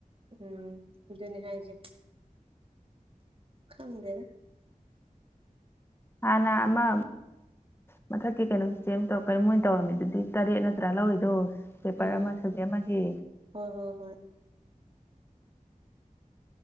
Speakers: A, on the right (about 40°); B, on the left (about 15°).
A: ꯎꯝ ꯑꯗꯨꯅꯦ ꯍꯥꯏꯖꯦ ꯈꯪꯗꯦꯗ
B: ꯍꯥꯟꯅ ꯑꯃ ꯃꯊꯛꯀꯤ ꯀꯩꯅꯣ ꯆꯆꯦ ꯀꯔꯤ ꯃꯣꯏꯅ ꯇꯧꯔꯝꯃꯤꯗꯨꯗꯤ ꯇꯔꯦꯠ ꯅꯠꯇ꯭ꯔꯥ ꯂꯧꯔꯤꯗꯣ ꯄꯦꯄꯔ
A: ꯎꯝ
B: ꯑꯃ ꯁꯕꯖꯦꯛ ꯑꯃꯒꯤ
A: ꯍꯣꯏ ꯍꯣꯏ ꯍꯣꯏ